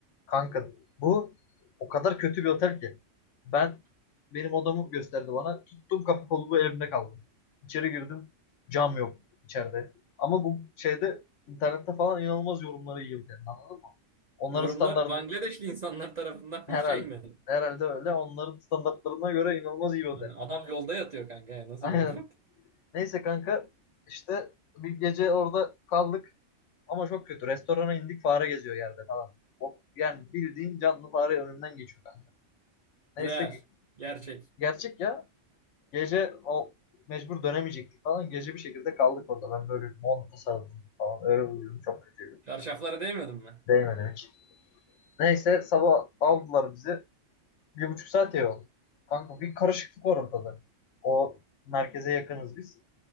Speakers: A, on the left; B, on the right.
A: Kanka bu o kadar kötü bir otel ki. Ben benim odamı gösterdi bana. Tuttum kapı kolumu elimde kaldı. İçeri girdim. Cam yok içeride. Ama bu şeyde internette falan inanılmaz yorumları iyi otelin anladın mı? Onların
B: Yorumlar
A: standartı
B: Bangladeşli insanlar tarafından
A: herhalde
B: mı şey mi?
A: herhalde öyle. Onların standartlarına göre inanılmaz iyi bir otel.
B: Hani adam yolda yatıyor kanka.
A: <laughs>
B: ya, Nasıl
A: Aynen.
B: yorum yaptı?
A: Neyse kanka işte bir gece orada kaldık ama çok kötü. Restorana indik fare geziyor yerde falan. O, yani bildiğin canlı fare önümden geçiyor kanka.
B: <laughs> Real.
A: Neyse
B: Gerçek.
A: Gerçek ya. Gece o mecbur dönemeyecektik falan. Gece bir şekilde kaldık orada. Ben böyle monta sarıldım falan. Öyle uyudum. Çok kötüydü.
B: Çarşaflara değmedim mi?
A: Değmedi hiç. Neyse sabah aldılar bizi. Bir buçuk saat yol. Kanka bir karışıklık var ortada. O merkeze yakınız biz.